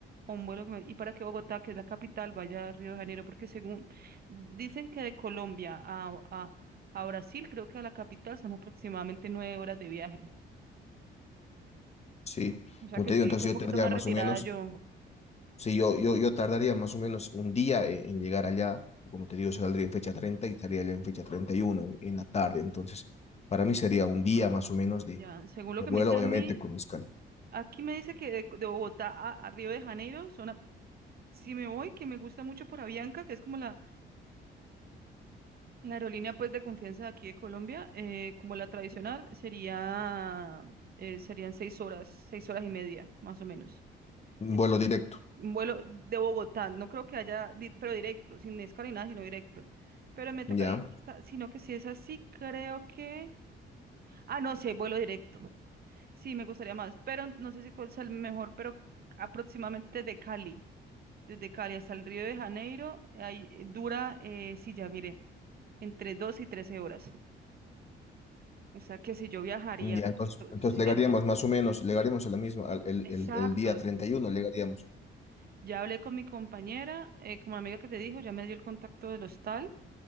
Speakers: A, on the right; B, on the left.
A: o un vuelo que me- y para que Bogotá, que es la capital, vaya a Río de Janeiro, porque según dicen que de Colombia a, a, a Brasil, creo que a la capital son aproximadamente nueve horas de viaje.
B: Sí,
A: O sea
B: como
A: que
B: te
A: sí,
B: digo, entonces
A: que un poquito
B: yo tendría
A: más
B: más
A: retirada
B: o menos
A: yo.
B: Sí, yo, yo, yo tardaría más o menos un día en, en llegar allá. Como te digo, saldría en fecha 30 y estaría allá en fecha 31 en, en la tarde.
A: Pues,
B: Entonces, para mí sería un día más o menos de,
A: Ya, según lo
B: de
A: que
B: vuelo,
A: me dice a
B: obviamente
A: mí,
B: con escala.
A: aquí me dice que de, de Bogotá a, a Río de Janeiro son, a- si me voy, que me gusta mucho por Avianca, que es como la La aerolínea pues de confianza de aquí de Colombia, eh, como la tradicional, sería, eh, serían seis horas, seis horas y media, más o menos.
B: Un
A: Eh,
B: vuelo directo,
A: Un vuelo de Bogotá, no creo que haya, di- pero directo, sin escala ni nada, sino directo. Pero me tocaría,
B: ¿ya?
A: ir hasta- sino que si es así, creo que... Ah, no sé, vuelo directo. Sí, me gustaría más, pero no sé si cuál es el mejor, pero aproximadamente de Cali, desde Cali hasta el Río de Janeiro, ahí eh, dura, eh, sí, ya mire, entre dos y 13 horas. O sea que si yo viajaría,
B: Ya,
A: si-
B: entonces, entonces llegaríamos
A: si yo-
B: más o menos, llegaríamos a la misma, al- el,
A: exacto.
B: el, el día 31 llegaríamos.
A: Ya hablé con mi compañera, eh, con mi amiga que te dijo, ya me dio el contacto del hostal.